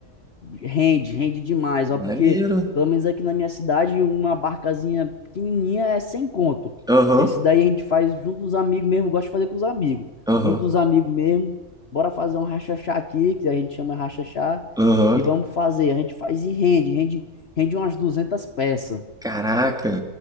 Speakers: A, on the left (about 50°); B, in the centre.
A: rende, rende demais, ó,
B: Maneiro.
A: porque pelo menos aqui na minha cidade, uma barcazinha pequenininha é sem conto.
B: Aham,
A: Esse daí a gente faz junto dos amigos mesmo, eu gosto de fazer com os amigos.
B: aham,
A: Junto dos amigos mesmo, bora fazer um rachachá aqui, que a gente chama rachachá,
B: aham.
A: e vamos fazer. A gente faz e rende, rende, rende umas 200 peças.
B: Caraca.